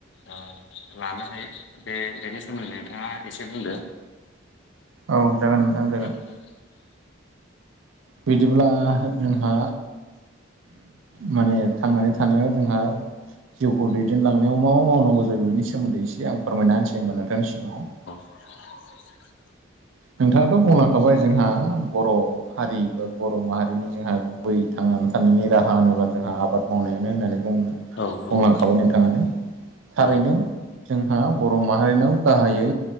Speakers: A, on the left; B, on the right.
A: ओ लानो हायो बे बेनि सोमोन्दै नोंथाङा एसे बुंदो
B: औ जागोन नोंथां जागोन
A: <inaudible>
B: बिदिब्ला जोंहा माने थांनानै थानायाव जोंहा जिउखौ दैदेनलांनायाव मा मा मावनांगौ जायो बेनि सोमोन्दै एसे आं फोरमायना होनसै होनोमा नोंथांनि सिगाङाव
A: <inaudible>
B: नोंथाङाथ' बुंलांखाबाय जोंहा बर' हारि बा बर' माहारिनि जोंहा गुबै थांनानै थानायनि राहा होनोब्ला जोंहा आबाद मावनायानो होननानै बुङो
A: औ नंगौ
B: बुंलांखाबाय नोंथाङानो थारैनो
A: औ
B: जोंहा बर' माहारिनाव गाहायै